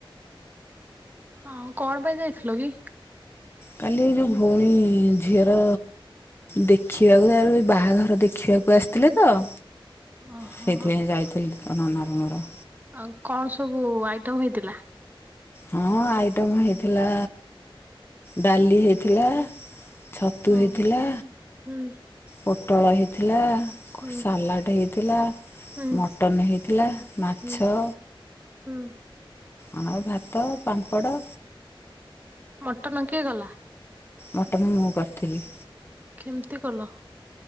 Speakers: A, on the right; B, on the left.
A: ଆଉ କଣ ପାଇଁ ଯାଇଥିଲ କି?
B: କାଲି ଏ ଯୋଉ ଭଉଣୀ ଝିଅର ଦେଖିବାକୁ ତାରଏ ବାହାଘର ଦେଖିବାକୁ ଆସିଥିଲେ ତ।
A: ଓହୋ
B: ସେଇଥିପାଇଁ ଯାଇଥିଲି ତୋ ନନା ର ମୋର।
A: ଆଉ କଣ ସବୁ ଆଇଟମ ହେଇଥିଲା?
B: ହଁ ଆଇଟମ୍ ହେଇଥିଲା ଡାଲି ହେଇଥିଲା। ଛତୁ
A: ହୁଁ
B: ହେଇଥିଲା।
A: ହୁଁ।
B: ପୋଟଳ ହେଇଥିଲା।
A: ହୁଁ
B: ସାଲାଟ ହେଇଥିଲା
A: ହୁଁ
B: ମଟନ ହେଇଥିଲା ମାଛ।
A: ହୁଁ ହୁଁ।
B: ଆଉ ଭାତ ପାମ୍ପଡ଼।
A: ମଟନ କିଏ କଲା?
B: ମଟନ୍ ମୁଁ କରଥିଲି।
A: ଖେମତି କଲ?